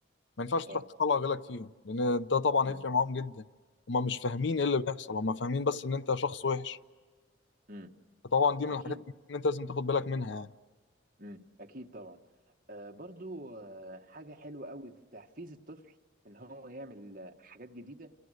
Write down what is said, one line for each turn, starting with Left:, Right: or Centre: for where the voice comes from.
Left: ما ينفعش
Right: اه
Left: تروح تطلع غلك فيهم لأن ده طبعا
Right: امم
Left: هيفرق معاهم جدا هما مش فاهمين ايه اللي بيحصل هما فاهمين بس ان انت شخص وحش
Right: امم
Left: فطبعا دي من
Right: اكيد
Left: الحاجات اللي انت لازم تاخد بالك منها يعني
Right: امم اكيد طبعا آه برضو آه حاجه حلوه قوي في تحفيز الطفل ان هو يعمل آه، حاجات جديده